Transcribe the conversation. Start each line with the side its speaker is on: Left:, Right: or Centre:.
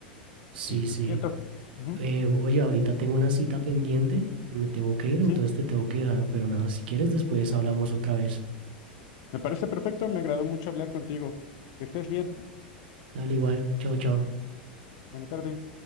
Right: Sí,
Left: Y pues
Right: sí.
Left: siento que... Ujú,
Right: eh, oye, ahorita tengo una cita pendiente, me tengo que ir,
Left: sí,
Right: entonces te tengo que dejar, pero nada, si quieres después hablamos otra vez.
Left: me parece perfecto, me agradó mucho hablar contigo. Que estés bien.
Right: Dale igual, chao, chao.
Left: Buena tarde.